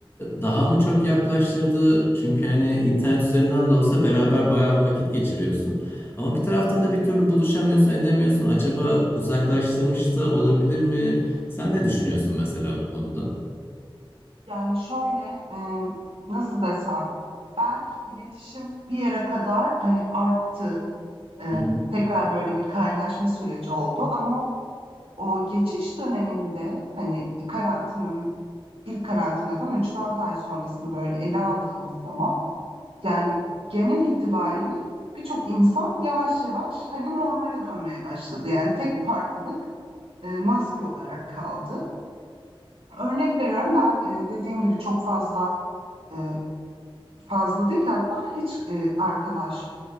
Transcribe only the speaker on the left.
daha mı çok yaklaştırdı? Çünkü hani internet üzerinden de olsa beraber bayağı bir vakit geçiriyorsun. Ama bir taraftan da bir türlü buluşamıyorsun, edemiyorsun. Acaba uzaklaştırmış da olabilir mi? Sen ne düşünüyorsun mesela bu konuda?
Hı hı,